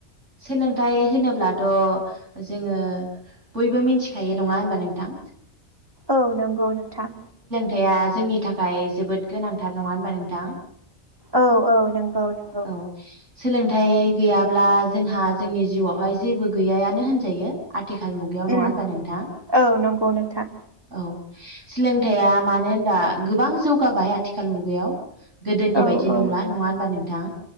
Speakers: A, on the right; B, on the right.
A: सोलोंथाइ होनोब्लाथ' जोङो बयबो मिथिखायो नङा होनबा नोंथां?
B: औ नंगौ नोंथां
A: थाइया जोंनि थाखाय जोबोद गोनांथार नङा होनबा नोंथां?
B: औ औ नंगौ नंगौ
A: औ सोलोंथाइ गैयाब्ला जोंहा जोंनि जिउआवहाय जेबो गैयायानो होनजायो। आथिखाल मुगायाव नङा
B: उम
A: होनबा नोंथां
B: औ नंगौ नोंथां
A: औ सोलोंथाइया मानो होनब्ला गोबां जौगाबाय आथिखाल मुगायाव गोदोनि
B: औ
A: बायदि नंला
B: औ
A: नङा होनबा नोंथां?